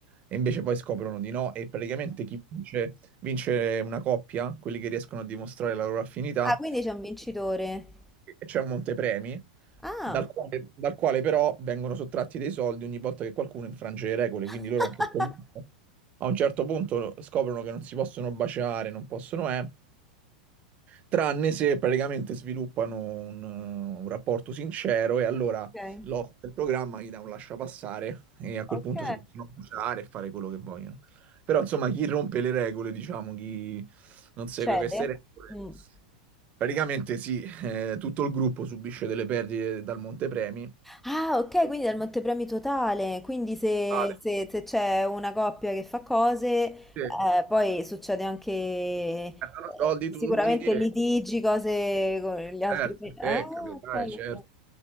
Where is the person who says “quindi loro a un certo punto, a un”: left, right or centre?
Right